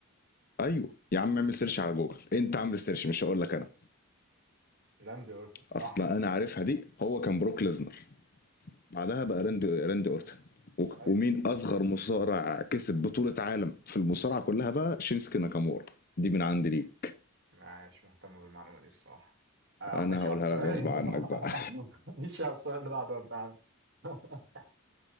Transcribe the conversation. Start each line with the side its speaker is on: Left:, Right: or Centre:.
Left: ايوه يا عم اعمل سيرش على جوجل انت عامل سيرش مش هقول لك انا
Right: راندي اورتون
Left: اصلا
Right: صح
Left: انا عارفها دي هو كان بروك ليزنر بعدها بقى راندي راندي اورتن و-
Right: طيب
Left: ومين اصغر مصارع كسب بطولة عالم في المصارعة كلها بقى شينسكي ناكامورا دي من عندي ليك
Right: مش مهتم بالمعلومة دي الصراحة آه،
Left: انا
Right: اخش
Left: هقولها
Right: على السؤال
Left: لك غصب
Right: اللي
Left: عنك
Right: بعده.
Left: بقى
Right: <laughs> اخش على السؤال اللي بعده يا ابن عم <laughs>